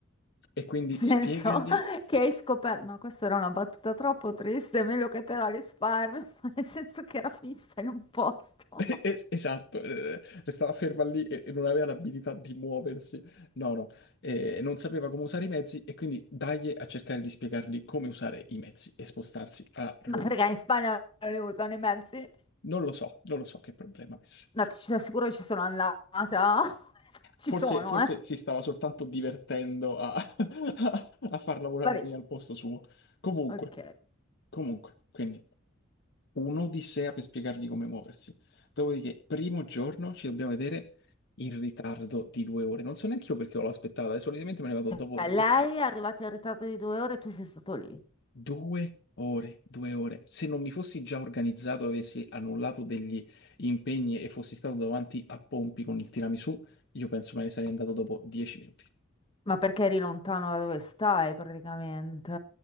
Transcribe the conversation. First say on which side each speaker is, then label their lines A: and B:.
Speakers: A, on the left; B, on the left.
A: E
B: Nel
A: quindi spiegagli
B: senso <laughs> che hai scoperto, ma questa era una battuta troppo triste, è meglio che te la risparmio, <laughs> ma nel senso che era fissa in un posto.
A: <laughs> Eh, eh,
B: <laughs>
A: Esatto, eh, restava ferma lì e e non aveva l'abilità di muoversi, no, no, eh, non sapeva come usare i mezzi e quindi dagli a cercare di spiegargli come usare i mezzi e spostarsi a Roma.
B: Ma perché in Spagna non li usano i mezzi?
A: Non lo so, non lo so che problema avesse.
B: No, ti ci assicuro che ci sono andata. <laughs> Ci
A: Forse,
B: sono,
A: forse
B: eh.
A: si stava soltanto divertendo a, <laughs> a far lavorare
B: Vabbè,
A: me al posto suo. Comunque,
B: ok.
A: comunque, quindi. un'odissea per spiegargli come muoversi. Dopodiché, primo giorno ci dobbiamo vedere in ritardo di due ore. Non so neanche io perché l'ho aspettata, e solitamente me ne vado dopo
B: Eh,
A: dieci
B: Lei
A: minuti.
B: è arrivata in ritardo di due ore e tu sei stato lì.
A: Due ore, due ore. Se non mi fossi già organizzato, avessi annullato degli impegni e fossi stato davanti a Pompi con il tiramisù, io penso me ne sarei andato dopo dieci minuti.
B: Ma perché eri lontano da dove stai, praticamente?